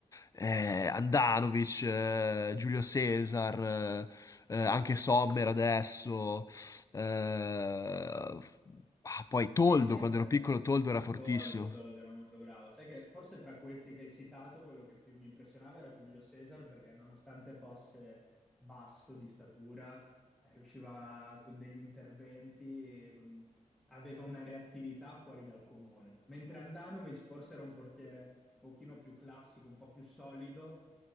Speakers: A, on the left (about 25°); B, in the centre.
A: Eh, Andanovic, eh, Giulio Cesar, eh, eh, anche Sommer adesso, eh, f- ah, poi
B: Sì,
A: Toldo,
B: sai
A: quando
B: che
A: ero piccolo Toldo era fortissimo.
B: Toldo, Toldo era molto bravo. Sai che forse tra questi che hai citato, quello che più mi impressionava era Giulio Cesar, perché nonostante fosse basso di statura, eh, riusciva con degli interventi, con- aveva una reattività fuori dal comune. Mentre Andanovic forse era un portiere un pochino più classico, un po' più solido,